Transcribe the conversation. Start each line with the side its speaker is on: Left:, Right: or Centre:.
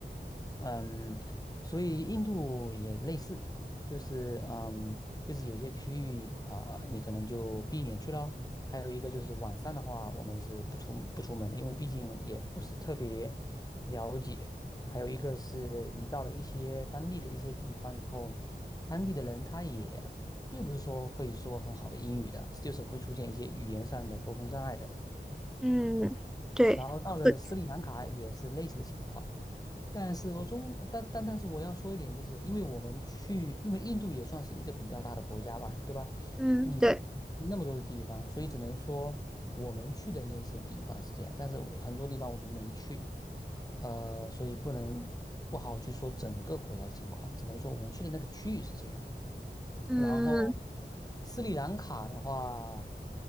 Left: 嗯，所以印度也类似，就是嗯，就是有些区域啊、你可能就避免去咯。还有一个就是晚上的话，我们是不出不出门的，因为毕竟也不是特别了解。还有一个是你到了一些当地的一些地方以后，当地的人他也并不是说会说很好的英语的，就是会出现一些语言上的沟通障碍的。
Centre: 嗯对，
Left: 然后到了斯里兰卡也是类似的情况，
Centre: 对，
Left: 但是我中但但但是我要说一点，就是因为我们去，因为印度也算是一个比较大的国家吧，对吧？
Centre: 嗯对，
Left: 你不可能去那么多的地方，所以只能说我们去的那些地方是这样，但是我很多地方我们没去，呃，所以不能不好去说整个国家的情况，只能说我们去的那个区域是这样的。
Centre: 嗯
Left: 然后斯里兰卡的话，